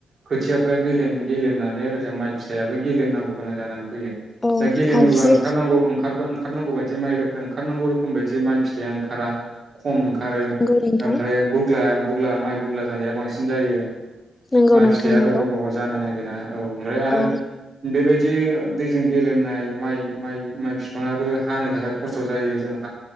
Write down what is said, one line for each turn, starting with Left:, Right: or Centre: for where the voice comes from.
Right: खोथिया गेलेमनानै ओजों माइ फिथ फिथायाबो गेलेमनांगौ गोनां जानानै फैयो
Left: औ
Right: दा गेलेमोबा
Left: हागि
Right: ओंखारनांगौ ओंखारबा ओ ओंखारनांगौ बायदि माइ ओंखारनांगौ रोखोम बायदि माइ फिथाइया ओंखारा खम ओंखारो
Left: नंगौ नोंथां
Right: ओमफ्राय गुग्ला गुगब्ला माइ गग्ला जानाया बांसिन जायो
Left: नंगौ
Right: माइ
Left: नोंथां
Right: फिथाइया
Left: नंगौ
Right: रग' रग' जानो नागिर औ ओमफ्राय आरो
Left: औ
Right: बेबायदि दैजों गेलेमनाय माइ माइ माइ बिफाङाबो हानो थाखाय खस्थ' जायो जोंहा